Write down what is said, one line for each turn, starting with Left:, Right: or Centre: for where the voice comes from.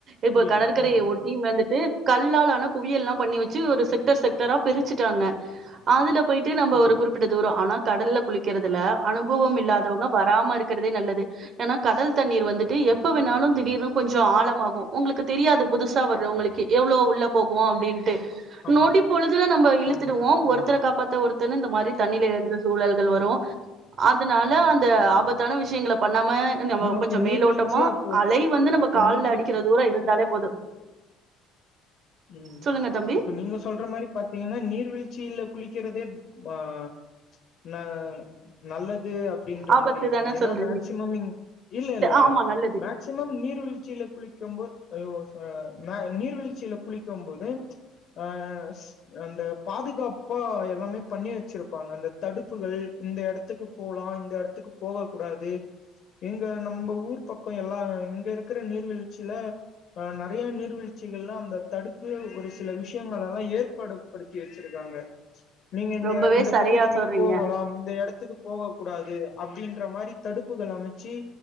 Right: இப்ப
Left: புரியுங்க
Right: கடற்கரையை
Left: ம்
Right: ஒட்டி மேந்துட்டு கல்லாலான குவியல்ல்லாம் பண்ணி வச்சு ஒரு ட்டர் செக்டரா பிரிச்சிட்டாங்க அதுல போயிட்டு நம்ம
Left: ஓ
Right: ஒரு குறிப்பிட்ட தூரம் ஆனா கடல்ல குளிக்கிறதுல அனுபவம் இல்லாதவங்க வராம இருக்கிறதே நல்லது ஏன்னா கடல் தண்ணீர் வந்துட்டு எப்ப வேணாலும் திடீர்னு கொஞ்சம் ஆழமாகும் உங்களுக்கு தெரியாது புதுசா வர்ற உங்களுக்கு எவ்வளோ உள்ள போகும் அப்படின்னுட்டு
Left: ஆமா
Right: நொடி பொழுதுல நம் இழுத்துடுவோம்
Left: ஆமாம் ஆம்
Right: ஒருத்தரை காப்பாத்த ஒருத்த இந்த மாதிரி தண்ணில இரங்குற சூழல்கள் வரும் அதனால அந்த ஆபத்தான விஷயங்க ப நம்ம
Left: நமக்கு
Right: கொஞ்சம்
Left: நீர்வீழ்ச்சியே
Right: மேலோட்டமா
Left: அப்போ
Right: அலை வந்து நம்ம
Left: அப்போ
Right: கால்ல
Left: நீங்க
Right: அடிக்கிற தூரம் இருந்தாலே போதும்
Left: உம்
Right: சொல்லுங்க தம்பி
Left: அப்ப நீங்க சொல்ற மாரி பாத்தீங்கன்னா நீர்வீழ்ச்சியில குளிக்கிறதே ஆஹ் நான் நல்லது அப்படின்ற
Right: ஆபத்து
Left: மாரி இருக்கு
Right: தான
Left: ஏன்னா
Right: சொல்றீங்க
Left: மேக்சிமம் இ இல்ல இல்ல இல்ல
Right: ஆமா நல்லது
Left: மேக்சிமம் நீர்வீழ்ச்சியில குளிக்கும் போது ஆ மா நீர்வீழ்ச்சியில்லா குளிக்கும் போது அஹ் அந்த பாதுகாப்பா எல்லாமே பண்ணி வச்சிருப்பாங்க அந்த தடுப்புகள் இந்த இடத்துக்கு போகலாம் இந்த இடத்துக்கு போக கூடாது எங்க நம்ப ஊர் பக்கம் எல்லாம் இங்க இருக்கிற நீர்வீழ்ச்சியில அஹ நிறைய நீர்வீழ்ச்சிகள்லா அந்த தடுப்பு ஒரு சில விஷயங்கலாம் எல்லாம் ஏற்படுத்தி வச்சிருக்காங்க நீங்க இந்த
Right: ரொம்பவே
Left: இந்த
Right: சரியா
Left: பகுதிக்கு
Right: சொல்றீங்க
Left: போகலாம் இந்த இடத்துக்கு போக கூடாது அப்புடின் என்ர மாரி தடுப்புகள் அமைச்சு